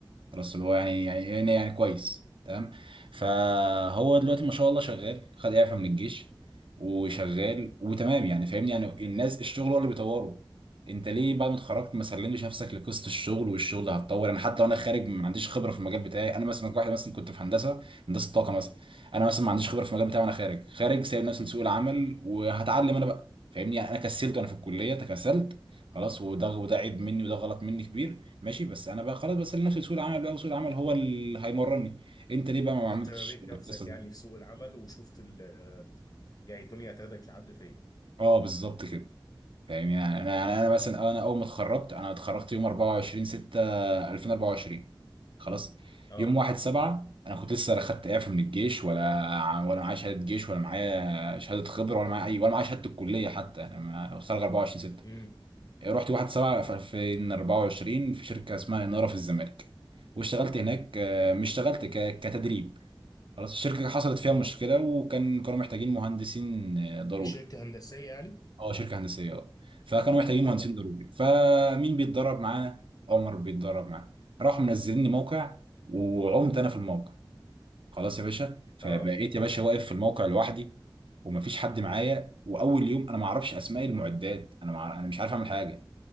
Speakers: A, on the right; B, on the left.
A: خلاص اللي هو يعني يعني يعني يعني كويس تمام فهو دلوقتي ما شاء الله شغال خد اعفاء من الجيش وشغال وتمام يعني فاهمني يعني الناس الشغل هو اللي بيطوره انت ليه بعد ما اتخرجت ما سلمتش نفسك لقصه الشغل والشغل ده هتطور انا حتى وانا خارج ما عنديش خبره في المجال بتاعي انا مثلا واحد مثلا كنت في هندسه هندسه طاقه مثلا انا مثلا ما عنديش خبره في المجال بتاعي وانا خارج خارج سايب نفسي لسوق العمل وهتعلم انا بقى فاهمني يعني انا كسلت وانا في الكليه تكسلت خلاص وده وده عيب مني وده غلط مني كبير ماشي بس انا بقى خلاص بس انا نفسي سوق العمل بقى وسوق العمل هو اللي هيمرني انت ليه بقى ما
B: انت
A: عملتش
B: رميت نفسك
A: القصه
B: يعني
A: دي
B: في سوق العمل وشفت ال... يعني الدنيا هتاخدك لحد فين
A: اه بالظبط كده فاهمني يعني انا انا أنا مثلا انا اول ما اتخرجت انا اتخرجت يوم 24 6 2024 خلاص
B: اه
A: يوم 1 7 انا كنت لسه لا خدت اعفاء من الجيش ولا ولا معايا شهاده جيش ولا معايا شهاده خبره ولا معايا اي ولا معايا شهاده الكليه حتى انا ما- اتخرج 24 6
B: امم
A: رحت 1 7 في 2024 في شركه اسمها اناره في الزمالك واشتغلت هناك آه، مش اشتغلت ك- كتدريب خلاص الشركة حصلت فيها
B: اه
A: مشكلة وكان كانوا محتاجين مهندسين آه، ضروري
B: دي شركة هندسية يعني؟
A: اه شركة هندسية اه فكانوا محتاجين
B: اه
A: مهندسين ضروري فمين بيتدرب معانا؟ عمر بيتدرب معانا راحوا منزليني موقع وعمت انا في الموقع خلاص يا باشا فبقيت
B: اه
A: يا باشا واقف في الموقع لوحدي ومفيش حد معايا واول يوم انا ما اعرفش اسماء المعدات انا مع... انا مش عارف اعمل حاجة